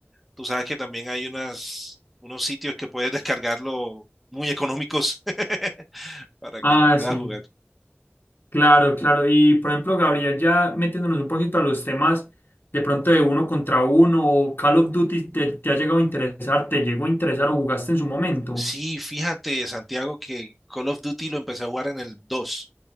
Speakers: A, in the centre; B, on the left.
A: Tú sabes que también hay unas, unos sitios que puedes descargarlo muy económicos <laughs> para
B: Ah,
A: que lo puedas
B: sí.
A: jugar.
B: Claro, claro. Y por ejemplo, Gabriel, ya metiéndonos un poquito a los temas de pronto de uno contra uno o Call of Duty, ¿te, te ha llegado a interesar? ¿Te llegó a interesar o jugaste en su momento?
A: Sí, fíjate, Santiago, que Call of Duty lo empecé a jugar en el dos